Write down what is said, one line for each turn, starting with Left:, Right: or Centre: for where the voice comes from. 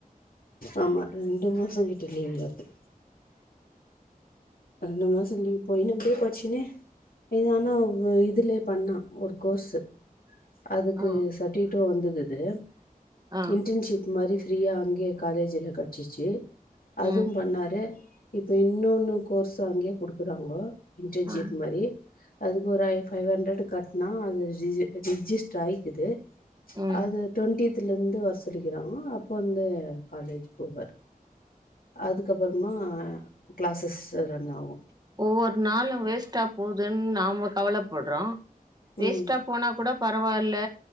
Left: ஆமா ரெண்டு மாச கிட்ட லீவ் வருது இன்னமே சொல்லி நின்னுகிட்டே படிச்சனே இது ஆனா இதுலே பண்ணா ஒரு கோஸு அதுக்கு
Right: ஆ
Left: சர்டிக்ட்டு வந்துக்குது
Right: ஆ
Left: இன்டர்ன்ஷிப் மாரி ப்ரீயா அங்கே காலேஜில கடச்சிர்ச்சி அது
Right: ம்
Left: பண்ணாரு இப்போ இன்னொன்னுக்கு கோர்ஸ் அங்கே குடுக்குறாங்க இன்டன்ஜிப்
Right: ஆ
Left: மாரி அதுக்கு ஒரு ஐ ஃபைவ் ஹண்ட்ரட் கட்னா அது ஜிஜே ரிஜிஸ்ட்ரு ஆயிக்குது
Right: ம்
Left: அது டுவெண்டித்ல இருந்து வர சொல்லிக்கிறாங்க அப்ப வந்து காலேஜ் போவாரு அதுக்கப்றமா கிளாஸஸ் ரன் ஆவு
Right: ஒவ்வொரு நாளு வேஸ்ட்டா போதுன் நாம கவலப்பட்றோ வேஸ்ட்டா
Left: ம்
Right: போனா குட பரவாயில்ல